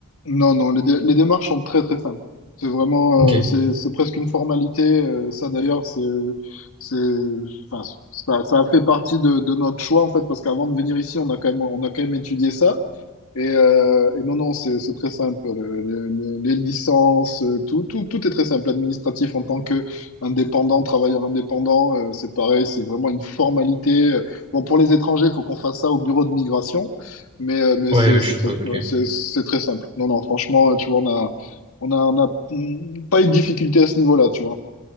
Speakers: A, on the left; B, on the right.
A: Non, non, les, dé- les démarches sont très, très simples. C'est vraiment,
B: Ok, ouais,
A: euh, c'est c'est presque une formalité. euh, ça, d'ailleurs, c'est, c'est, enfin, ça, ça a fait partie de, de notre choix, en fait, parce qu'avant de venir ici, on a quand même, on a quand même étudié ça. Et, euh, et non, non, c'est c'est très simple. Le- le- le- les licences, euh, tout, tout, tout est très simple. Administratif en tant que indépendant, travailleur indépendant, euh, c'est pareil, c'est vraiment une formalité. Bon, pour les étrangers, il faut qu'on fasse ça au bureau de migration, mais, euh, mais
B: ouais,
A: c'est c'est
B: je suppose,
A: très, euh,
B: ok.
A: c'est c'est très simple. Non, non, franchement, tu vois, on a, on a, on a mm, pas eu de difficulté à ce niveau-là, tu vois.